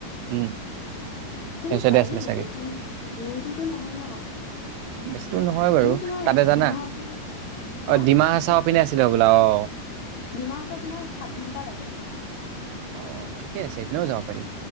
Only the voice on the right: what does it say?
উম
সেই চাইডে
আছিলে চাগে
বেছি দূৰ নহয় বাৰু
তাতে জানা
অ ডিমা হাছাও আছিলে বোলা অ
অ ঠিকে আছে ইপিনেও যাব পাৰি